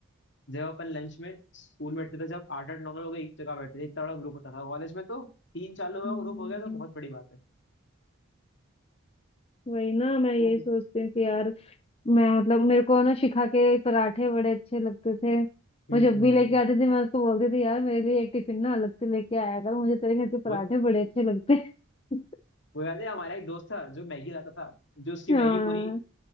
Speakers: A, on the left (about 55°); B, on the left (about 30°).
A: जब अपन लंच में स्कूल में बैठते थे जब आठ आठ नौ नौ लोग एक जगह बैठते थे इतना बड़ा ग्रुप होता था कॉलेज में तो तीन चार लोगों
B: हम्म,
A: का ग्रुप हो गया तो बहुत बड़ी बात है
B: वही ना मैं यही
A: वो
B: सोचती हूँ कि यार मैं मतलब मेरे को ना शिखा के पराठे बड़े अच्छे लगते थे
A: हम्म
B: वो जब भी लेके आती थी मैं उसको बोलती थी यार मेरे लिए एक टिफिन ना अलग से लेके आया कर मुझे तेरे घर के पराठे
A: वो
B: बड़े अच्छे लगते हैं <laughs>
A: वो याद है हमारा एक दोस्त था जो मैगी लाता था जो उसकी
B: हाँ
A: मैगी पूरी